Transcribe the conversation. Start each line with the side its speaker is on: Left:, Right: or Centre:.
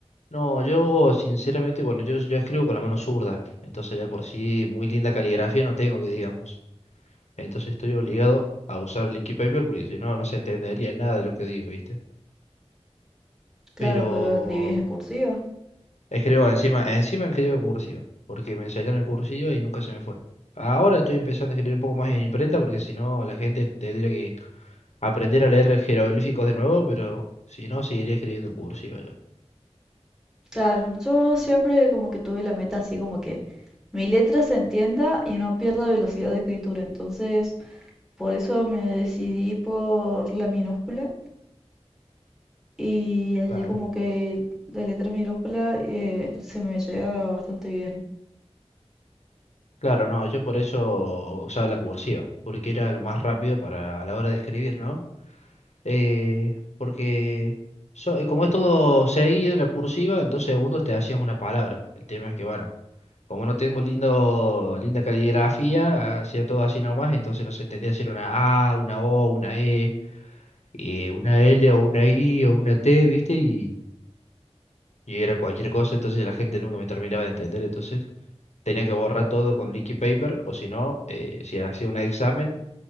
Left: No, yo sinceramente, bueno, yo, yo escribo con la mano zurda. Entonces ya por sí muy linda caligrafía no tengo que digamos. Entonces estoy obligado a usar liquid paper porque si no, no se entendería nada de lo que digo, ¿viste?
Centre: Claro,
Left: Pero...
Centre: pero escribís en cursiva.
Left: Escribo encima, encima escribo en cursiva, porque me enseñaron en cursiva y nunca se me fue. Ahora estoy empezando a escribir un poco más en imprenta, porque si no la gente tendría que aprender a leer jeroglíficos de nuevo, pero si no seguiría escribiendo en cursiva yo.
Centre: Claro, yo siempre como que tuve la meta así como que mi letra se entienda y no pierda velocidad de escritura. Entonces, por eso me decidí por la minúscula y así
Left: Claro.
Centre: como que la letra minúscula eh, se me llega bastante bien.
Left: Claro, no, yo por eso usaba la cursiva, porque era lo más rápido para a la hora de escribir, ¿no? Eh, porque so- eh, como es todo seguido, la cursiva, en dos segundos te hacías una palabra. El tema es que, bueno, Como no tengo lindo, linda caligrafía, hacía todo así nomás, entonces no se entendía si era una A, una O, una E, eh, una L o una I o una T, ¿viste? Y, y era cualquier cosa, entonces la gente nunca me terminaba de entender, entonces tenía que borrar todo con leaky paper, o si no, eh, si hacía un examen,